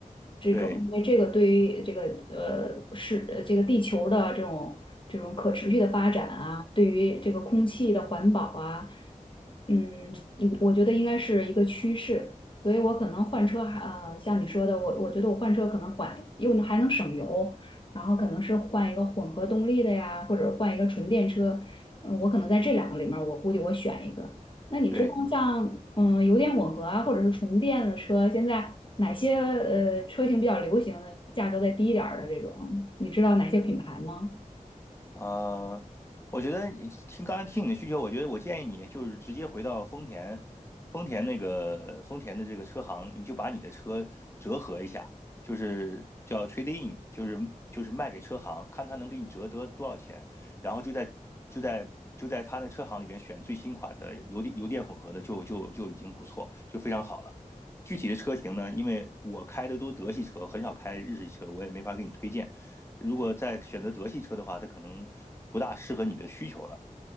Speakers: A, on the left (about 40°); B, on the left (about 20°).
A: 这种，
B: 对
A: 因为这个对于这个呃是呃这个地球的这种这种可持续的发展啊，对于这个空气的环保啊，嗯嗯，我觉得应该是一个趋势，所以我可能换车还呃像你说的，我我觉得我换车可能缓又还能省油。然后可能是换一个混合动力的呀，或者换一个纯电车。嗯，我可能在这两个里面儿我估计我选一个。那你知道像嗯油电混合啊，
B: 对。
A: 或者是纯电的车，现在哪些呃车型比较流行的，价格再低一点儿的这种，你知道哪些品牌吗？
B: 呃，我觉得你听刚才听你的需求，我觉得我建议你就是直接回到丰田，丰田那个丰田的这个车行，你就把你的车折合一下，就是叫 trade in，就是就是卖给车行，看他能给你折得多少钱，然后就在就在就在他那车行里边选最新款的油电油电混合的就就就已经不错，就非常好了。具体的车型呢，因为我开的都德系车，很少开日系车，我也没法给你推荐。如果再选择德系车的话，它可能不大适合你的需求了。